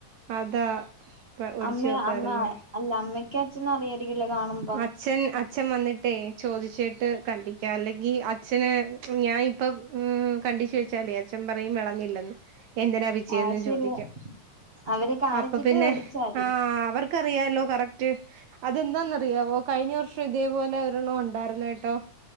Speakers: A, on the right; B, on the right.
A: അതാ. ഒടിച്ചു
B: അമ്മ
A: വെക്കായിരുന്നു
B: അമ്മ അല്ല അമ്മയ്ക്കും അച്ഛനും അറിയായിരിക്കുല്ലോ കാണുമ്പോ?
A: അച്ഛൻ അച്ഛൻ വന്നിട്ടേ. ചോദിച്ചിട്ട് കണ്ടിക്ക അല്ലെങ്കിൽ അച്ഛന് ഞാൻ ഇപ്പം ഉം കണ്ടിച്ചു വെച്ചാലേ. അച്ഛൻ പറയും വെളഞ്ഞില്ലെന്ന് എന്തിനാ യിപ്പം. പിച്ചിയേന്ന്
B: ആഹ് ശരിയാ
A: ചോദിക്കും
B: അവര് കാണിച്ചിട്ട്
A: അപ്പൊ പിന്നെ
B: ഒടിച്ചാ മതി
A: ആഹ് അവർ ക്കറിയാലോ കറകട് അതെന്താന്ന് നി അറിയാവോ കഴിഞ്ഞ വർഷം ഇതേപോലെ ഒരെണ്ണം ഉണ്ടായിരുന്നു കേട്ടോ.